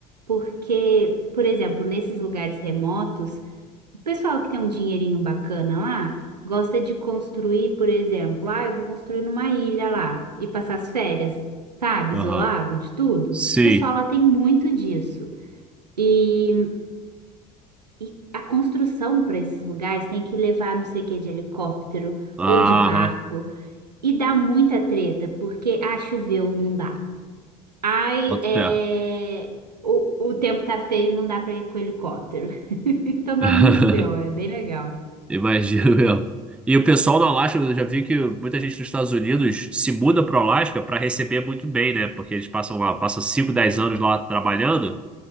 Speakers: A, on the right; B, in the centre.
A: porque, por exemplo, nesses lugares remotos, o pessoal que tem um dinheirinho bacana lá gosta de construir, por exemplo, ah, eu vou construir numa ilha lá e passar as férias, sabe,
B: Aham.
A: isolado de tudo.
B: Sim.
A: O pessoal lá tem muito disso. E, e a construção para esses lugares tem que levar não sei o que de helicóptero
B: Aham.
A: ou de barco. E dá muita treta, porque ah, choveu, não dá. Ai,
B: Bota
A: é...
B: fé.
A: o, o tempo tá feio, não dá pra ir com o helicóptero. <laughs> Então dá
B: <laughs>
A: muito BO, é bem legal.
B: Imagino mesmo. E o pessoal no Alasca, eu já vi que muita gente dos Estados Unidos se muda para o Alasca para receber muito bem, né? Porque eles passam lá, passam 5, 10 anos lá trabalhando,